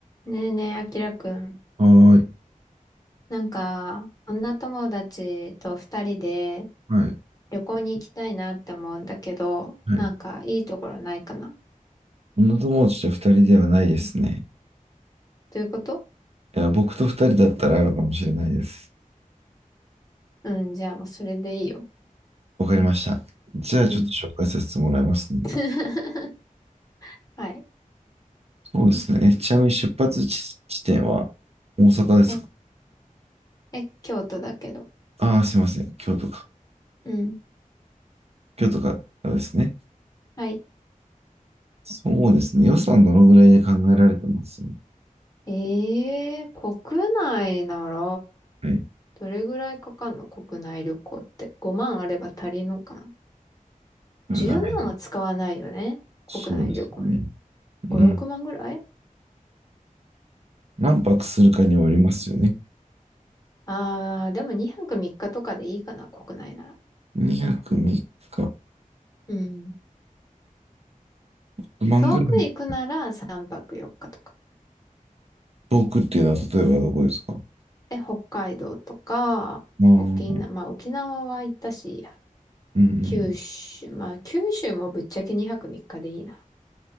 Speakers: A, on the left; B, on the right.
A: ねえねえ、あきらくん。
B: はーい。
A: なんか、女友達と二人で
B: はい。
A: 旅行に行きたいなって思うんだけど、
B: はい。
A: なんかいいところないかな。
B: 女友達と二人ではないですね。
A: ということ
B: いや、僕と二人だったらあるかもしれないです。
A: うん、じゃあもうそれでいいよ。
B: わかりました。じゃあちょっと紹介させてもらいますね。
A: うん。<laughs> はい。
B: そうですね。えちなみに出発地、地点は大阪ですか
A: え、え、京都だけど。
B: ああー、すいません。京都か。
A: うん。
B: 京都からですね。
A: はい。
B: そうですね。予算どのぐらいで考えられてます
A: ええー、国内なら、
B: はい。
A: どれぐらいかかんの国内旅行って。5万あれば足りんのかな
B: ない。
A: ?10 万は使わないよね。国内旅行に。
B: そうですね。うん。
A: 5、6万ぐらい
B: 何泊するかによりますよね。
A: ああ、でも2泊3日とかでいいかな、国内なら。
B: 2泊3日。
A: うん。
B: 万ぐらい。
A: 遠く行くなら3泊4日とか。
B: 遠くっていうのは例えばどこですか
A: え、北海道とか、
B: まあ、うん、
A: 沖縄、まあ沖縄は行ったし、
B: うん、
A: 九州、まあ九州もぶっちゃけ2泊3日でいいな。